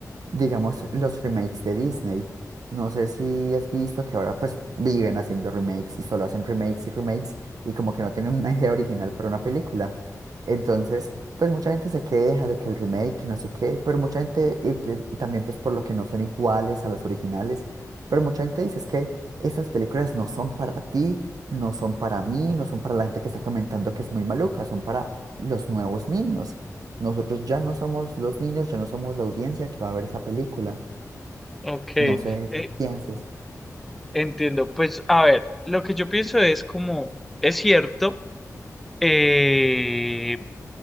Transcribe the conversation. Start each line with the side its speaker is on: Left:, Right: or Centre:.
Right: Digamos, los remakes de Disney. No sé si has visto que ahora pues viven haciendo remakes y solo hacen remakes y remakes y como que no tienen una idea original para una película. Entonces, pues mucha gente se queja de que el remake, que no sé qué, pero mucha gente, y, pues, y también pues por lo que no son iguales a las originales, pero mucha gente dice es que estas películas no son para ti, no son para mí, no son para la gente que está comentando que es muy maluca, son para los nuevos niños. Nosotros ya no somos los niños, ya no somos la audiencia que va a ver esa película.
Centre: ok,
Right: No sé,
Centre: eh,
Right: qué pienses.
Centre: entiendo. Pues a ver, lo que yo pienso es como, es cierto, eh,